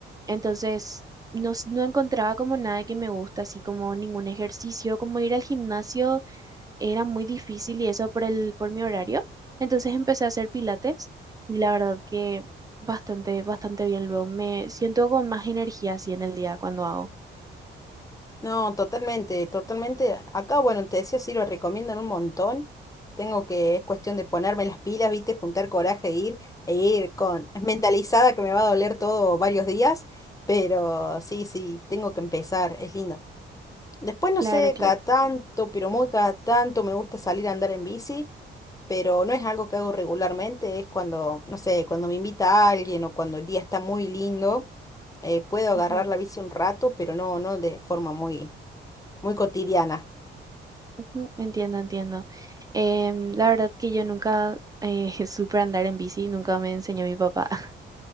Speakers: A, on the right; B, on the left.
A: Entonces, no, s- no encontraba como nada que me gusta, así como ningún ejercicio, como ir al gimnasio era muy difícil y eso por el, por mi horario. Entonces empecé a hacer pilates y la verdad que bastante, bastante bien. Luego me siento con más energía así en el día cuando hago.
B: No, totalmente, totalmente. Acá, bueno, te decía, sí, lo recomiendan un montón. Tengo que, es cuestión de ponerme las pilas, viste, juntar coraje e ir, e ir con <laughs> mentalizada que me va a doler todo varios días, pero sí, sí, tengo que empezar, es lindo. Después, no
A: Claro,
B: sé,
A: claro.
B: cada tanto, pero muy cada tanto me gusta salir a andar en bici, pero no es algo que hago regularmente, es cuando, no sé, cuando me invita alguien o cuando el día está muy lindo, eh, puedo agarrar
A: Ujú,
B: la bici un rato, pero no, no de forma muy muy cotidiana.
A: ujú, Entiendo, entiendo. Em, la verdad que yo nunca eh, <laughs> supe andar en bici, nunca me enseñó mi papá. <laughs>